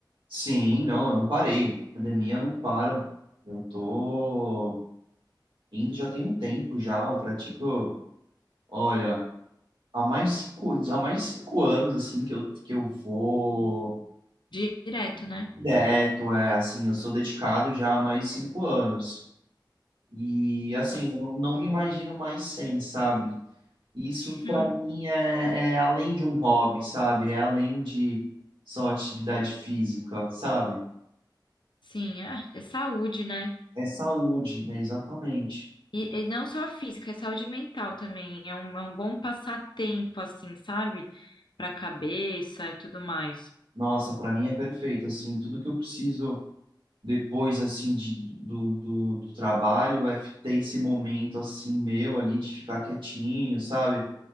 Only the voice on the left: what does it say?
Direto, né?
Nossa.
Hum,
sim, ah, é saúde, né?
E, e não só a física, é saúde mental também. É um, é um bom passatempo, assim, sabe? Pra cabeça e tudo mais.